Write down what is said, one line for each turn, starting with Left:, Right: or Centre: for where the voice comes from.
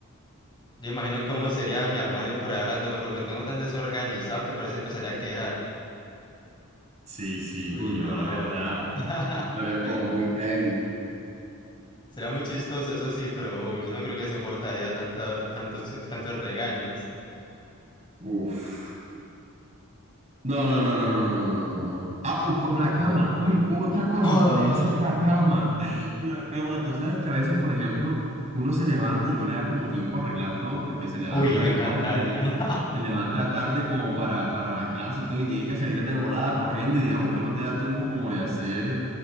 Left: Yo imagino cómo sería mi armario por ahí hablándome, porque lo tengo tan desorganizado que parece empezar a quejar.
Right: sí, sí,
Left: Uy,
Right: uy,
Left: no.
Right: no, la verdad,
Left: <laughs>
Right: sí, estaría como muy heavy.
Left: Será muy chistoso, eso sí, pero uy, yo no creo que soportaría tanta, tantos, tantos regaños.
Right: Uf. No, no, no, no, no, no, no, no. no. Ah, o por la cama.
Left: No, uy.
Right: Uy, otra cosa,
Left: ¡Ay!
Right: podría ser la cama. <laughs> La cama, tú sabes que a veces, por ejemplo, uno se levanta y no le da como tiempo a arreglar todo porque se levanta
Left: Uy, me encantaría.
Right: tarde, se levanta tarde como para, para la clase y todo y tiene que salir de volada corriendo y digamos que no te da tiempo como de hacer